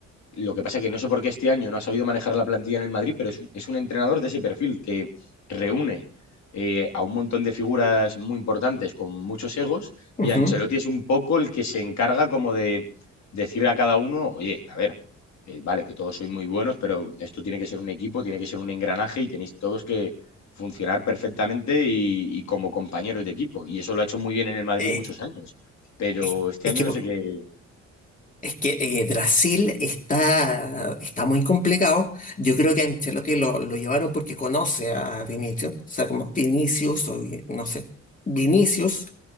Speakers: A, on the left; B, on the left.
A: lo que pasa es que no sé por qué este año no ha sabido manejar la plantilla en el Madrid, pero es, es un entrenador de ese perfil que reúne eh, a un montón de figuras muy importantes con muchos egos
B: Ujú.
A: y Ancelotti es un poco el que se encarga como de decirle a cada uno, oye, a ver, eh, vale, que todos sois muy buenos, pero esto tiene que ser un equipo, tiene que ser un engranaje y tenéis todos que funcionar perfectamente y, y como compañeros de equipo. Y eso lo ha hecho muy bien en el Madrid
B: Eh,
A: muchos años, pero
B: es,
A: este
B: es
A: año
B: que,
A: no sé qué.
B: es que eh, Brasil está, está muy complicado. Yo creo que a Ancelotti lo, lo llevaron porque conoce a Vinicius, o sea, como Vinicius, o Vi- no sé, Vinicius